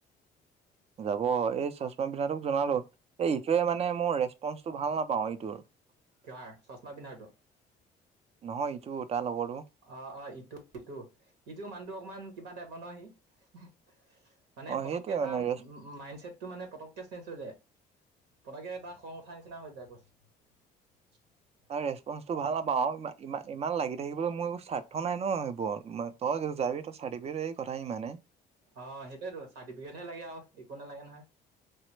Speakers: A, on the right; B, on the right.
A: <unintelligible> যাব এই চশমা পিন্ধটোক জনালো। এই ইটোৱে মানে মোৰ ৰেচপন্ <unintelligible> টো ভাল নাপাওঁ এইটোৰ। <unintelligible>
B: কিহৰ চশমা পিন্ধাটো? <unintelligible>
A: নহয় ইটো তাৰ লগৰটো। <unintelligible>
B: অঁ-অঁ, ইটো-ইটো। ইটো মানুহটো অকমান কিবা টাইপৰ ন সি? <unintelligible> মানে
A: অ
B: পতকে
A: সেইটোৱে মানে
B: তাৰ
A: ৰেচ
B: মাইড ছেটটো মানে পতকে চেঞ্জ হৈ যায়। পতকে তাৰ <unintelligible> খং উঠা নিচিনা হৈ যায় বছ। <unintelligible>
A: তাৰ ৰেচপন্ঞ্চটো ভাল নাপাওঁ ইমান ইমান লাগি থাকিবলৈ মোৰ একো স্বাৰ্থ নাই ন এইবোৰত তই যাবি তই চাই দিবি এই কথা ইমানে
B: অ' সেইটোয়েটো চাৰ্টিফিকেটহে লাগে আৰু একো নালাগে নহয়।